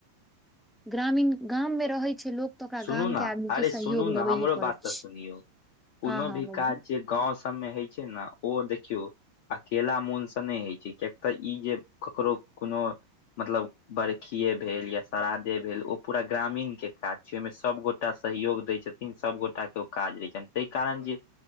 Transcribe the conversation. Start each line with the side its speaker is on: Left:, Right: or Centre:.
Centre: ग्रामीण गाम में रहैय छैय लोक तऽ ओकरा
Left: सुनू
Centre: गाम
Left: न,
Centre: के आदमी
Left: अरे
Centre: के सहयोग
Left: सुनू
Centre: लेबैये
Left: न हमरो
Centre: पड़ै
Left: बात
Centre: छै
Left: तऽ सुनियौ कोनो
Centre: हँ हँ
Left: भी
Centre: बहिन
Left: काज जे गाँंव सभ में हइ छैय ने ओ देखियौ अकेला मोन सँ नइ हइ छैय किएक तऽ ई जे ककरो कोनो मतलब बर्खीेये भेल या श्राद्धे भेल ओ पूरा ग्रामीण के काज जइ मे सभ गोटा सहयोग दै छथिन सभ गोटा के ओ काज रहैय छनि तइ कारण जे